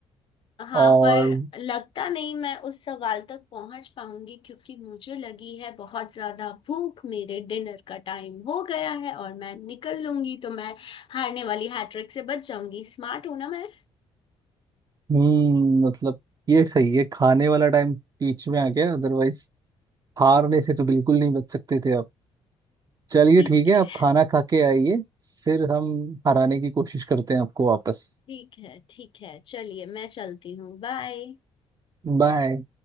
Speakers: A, on the left; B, on the right.
A: हाँ
B: और
A: पर लगता नहीं मैं उस सवाल तक पहुंच पाऊंगी क्योंकि मुझे लगी है बहुत ज्यादा भूख मेरे डिनर का टाइम हो गया है और मैं निकल लूंगी तो मैं हारने वाली हैट्रिक से बच जाऊंगी स्मार्ट हूं ना मैं
B: हम्म मतलब ये सही है खाने वाला टाइम बीच में आ गया अदरवाइज हारने से तो बिल्कुल नहीं बच सकते थे आप चलिए
A: ठीक
B: ठीक है
A: है
B: आप खाना खा के आइए फिर हम हराने की कोशिश करते हैं आपको वापस
A: ठीक है ठीक है चलिए मैं चलती हूँ बाय
B: बाय